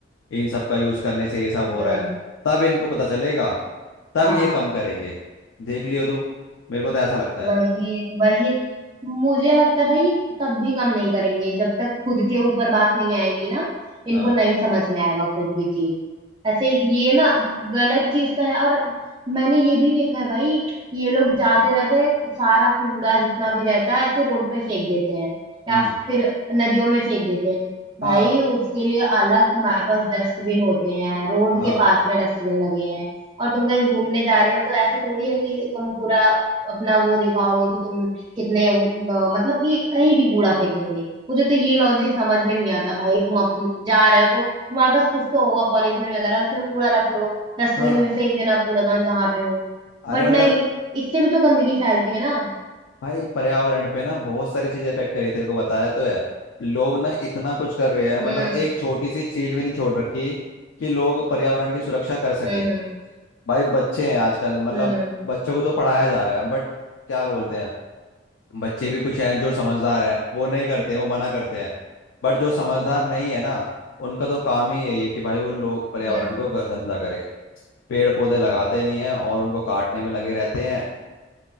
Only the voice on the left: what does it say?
इन सब का यूज करने से ये सब हो
रहा है तब इनको पता चलेगा तब
ये कम करेंगे देख लियो तू मेरे को तो ऐसा लगता है
हाँ
हम्म
हाँ
हाँ
हाँ
अरे
मतलब
भाई पर्यावरण पे ना बहुत सारी चीजें इफेक्ट कर रही है तेरे को बताया तो है लोग ना इतना कुछ कर रहे हैं मतलब
एक छोटी सी चीज भी नहीं छोड़ रखी कि लोग पर्यावरण की सुरक्षा कर सके
भाई बच्चे हैं आजकल मतलब
बच्चों को तो पढ़ाया जा रहा है बट क्या बोलते हैं बच्चे भी कुछ हैं जो समझदार हैं वो नहीं करते वो मना करते हैं बट जो समझदार नहीं है ना उनका तो काम ही यही है कि भाई वो लोग पर्यावरण
को ग- गंदा करे पेड़ पौधे लगाते नहीं है और उनको काटने में लगे रहते हैं